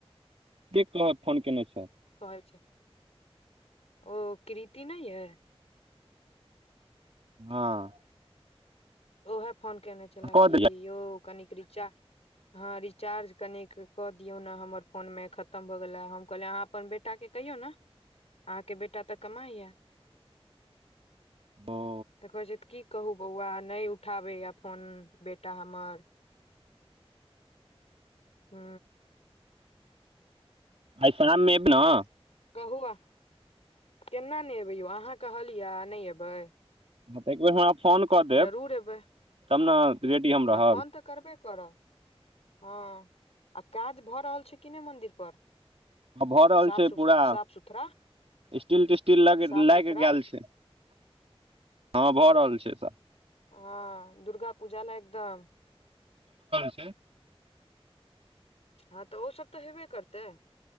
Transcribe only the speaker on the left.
कहल छै ओ कृति नहि अए
उएह फोन केयने छले
कि
यौ कनिक रीचा ह रिचार्ज कने क दियऔ ने हमर फोन में खतम भ गेले हम कहले अहाँ अपन बेटा के कहियौ ने अहाँ के बेटा तऽ कमा या
तऽ कहै छै की कहू बौआ नहि उठाबैए अपनोन बेटा हमर हू
कहु आहाँ केना ने एबै यौ अहाँ कहलियै नहि एबै
जरूर एबै
अहाँ
फोन तऽ करबे करब हँ आ काज भऽ रहल छै कि नहि मन्दिर पर
साफ
सु
साफ सुथरा
साफ सुथरा
हँ दुर्गा पूजा लाय क तऽ
हँ तऽ ओ सब तऽ हेबे करतै